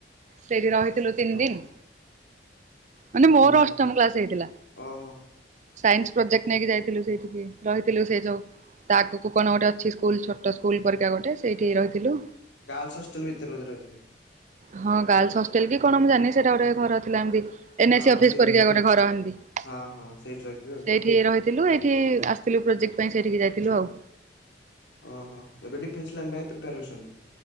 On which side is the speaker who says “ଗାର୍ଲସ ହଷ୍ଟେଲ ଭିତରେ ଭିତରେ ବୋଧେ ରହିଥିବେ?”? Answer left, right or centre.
Left